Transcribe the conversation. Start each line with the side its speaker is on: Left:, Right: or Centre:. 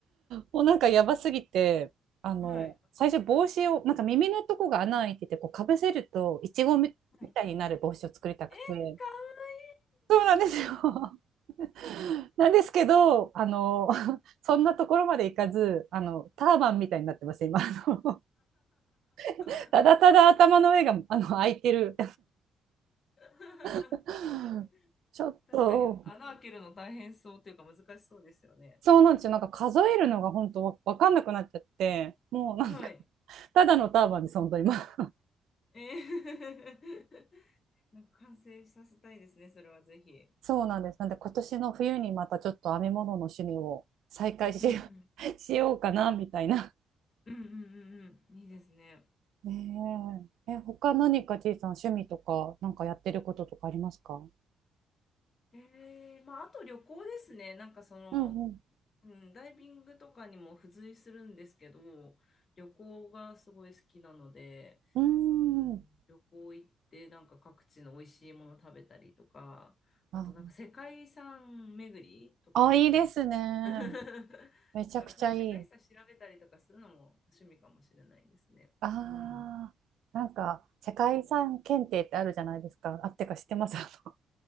Right: もうなんかやばすぎて、あの、
Left: はい。
Right: 最初帽子を、なんか耳のとこが穴開いてて、こうかぶせると、いちごみたいになる帽子を作りたくて。
Left: はいえ、かわい
Right: そうなんですよ。<laughs> なんですけど、あの、<laughs> そんなところまでいかず、あの、ターバンみたいになってます、今。あの <laughs>
Left: い。
Right: ただただ頭の上があの開いてる
Left: <laughs>
Right: <laughs> ちょっと、
Left: 確かに穴開けるの大変そうというか難しそうですよね。
Right: そうなんですよ。なんか数えるのが本当わわかんなくなっちゃって、もうなんか、
Left: はい。
Right: ただのターバンです、本当今。<laughs>
Left: えー <laughs> なんか完成させたいですね、それはぜひ。
Right: そうなんです。なんで今年の冬にまたちょっと編み物の趣味を再開しよ
Left: うん
Right: う、<laughs> しようかな、みたいな。
Left: うんうんうんうんうん。いいですね。
Right: ねえ。え、他何か T さん趣味とか、なんかやってることとかありますか
Left: えー、まあ、あと旅行ですね。なんかその、
Right: うん
Left: うん、ダイビングとかにも付随するんですけど、旅行がすごい好きなので、
Right: うん。
Left: うん、
Right: うーん。
Left: 旅行行ってなんか各地の美味しいもの食べたりとか、あとなんか世界遺産巡りとかもします。
Right: あ、あ、いいですね。
Left: <laughs> だからそういう世界遺産調べたりとかするのも趣味かもしれないですね。
Right: めちゃくちゃいい。あ
Left: うん。
Right: あ、なんか世界遺産検定ってあるじゃないですか。あってか知ってます。あ